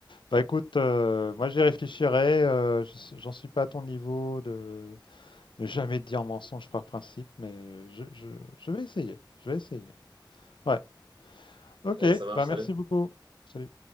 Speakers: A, on the left; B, on the right.
A: Bah écoute, euh, moi j'y réfléchirai. euh, je- j'en suis pas à ton niveau de Ne jamais dire mensonge par principe, mais je, je, je vais essayer. Je vais essayer. Ouais. Ok,
B: Allez, ça marche,
A: bah
B: salut.
A: merci beaucoup. Salut.